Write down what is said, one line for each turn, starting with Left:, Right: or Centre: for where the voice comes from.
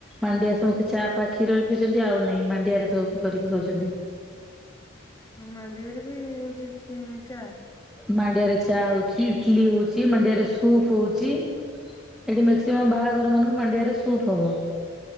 Centre: ମାଣ୍ଡିଆ ସମସ୍ତେ ଚା ଫା କ୍ଷୀରରେ ପିଇଉଛନ୍ତି ଆଉ ନାଇଁ ମାଣ୍ଡିଆରେ ସବୁ କରିକି ବଇଛନ୍ତି।
Left: ମାଣ୍ଡିଆରେ ବି ହଉଛି ସେ ଚା।
Centre: ମାଣ୍ଡିଆ ରେ ଚା ହଉଛି ଇଟଲି ହଉଛି ମାଣ୍ଡିଆରେ ସୁପ୍ ହଉଛି। ଏଠି ମକ୍ସିମମ୍ ବାହାଘର ମାନଙ୍କୁ ମାନ୍ ଦେହରେ ଶୁଟ୍ ହବ।